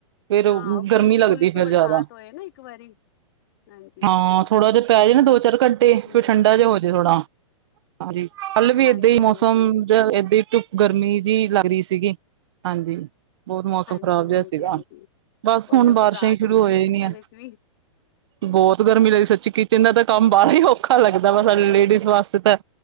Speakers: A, on the right; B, on the left.
A: ਫੇਰ
B: ਹਾਂ ਉਹ
A: ਗਰਮੀ
B: ਖੁੱਲ
A: ਲੱਗਦੀ
B: ਖੁੱਲ
A: ਏ ਫੇਰ
B: ਕੇ ਬਰਸਾਤ
A: ਜੈਦਾ।
B: ਹੋਏ ਨਾ ਇੱਕ ਵਾਰੀ ਹਾਂਜੀ
A: ਹਾਂ,
B: ਹਾਂਜੀ
A: ਥੋੜ੍ਹਾ ਜਾ ਪੈ ਜੇ ਨਾ ਦੋ-ਚਾਰ ਘੰਟੇ
B: ਹਮ
A: ਫਿਰ ਠੰਡਾ ਜਾ ਹੋਜੇ ਥੋੜਾ। ਹਾ ਹਾਜੀ, ਕੱਲ ਵੀ
B: ਹਾਂਜੀ
A: ਏਦਾਂ ਹੀ ਮੌਸਮ
B: ਹਾਂਜੀ ਹਾਂਜੀ
A: ਜ ਏਦਾਂ ਹੀ ਧੁੱਪ ਗਰਮੀ ਜਿ ਲੱਗ ਰੀ ਸੀਗੀ, ਹਾਂਜੀ। ਬੌਤ ਮੌਸਮ
B: ਹਾਂਜੀ
A: ਖ਼ਰਾਬ ਜਾ
B: ਹਾਂਜੀ
A: ਸੀਗਾ।
B: ਹਾਂਜੀ
A: ਬਸ
B: ਉਹੀਓ
A: ਹੁਣ ਬਾਰਿਸ਼ਾਂ
B: ਘਬਰਾਹਟ
A: ਹੀ ਸ਼ੁਰੂ
B: ਹੁੰਦੀ
A: ਹੋ ਜਾਨੀ
B: ਹੈ ਕਿਚਨ
A: ਐ,
B: ਵਿੱਚ ਵੀ
A: ਬੌਤ ਗਰਮੀ ਲੱਗਦੀ ਸੱਚੀ ਕਿ ਜੇੰਦਾ ਤਾਂ ਕੰਮ ਬਾਰ ਹੀ ਔਖਾ ਲੱਗਦਾ ਵਾ, ਸਾਡੇ ਲੇਡੀਜ਼ ਵਾਸਤੇ ਤਾਂ,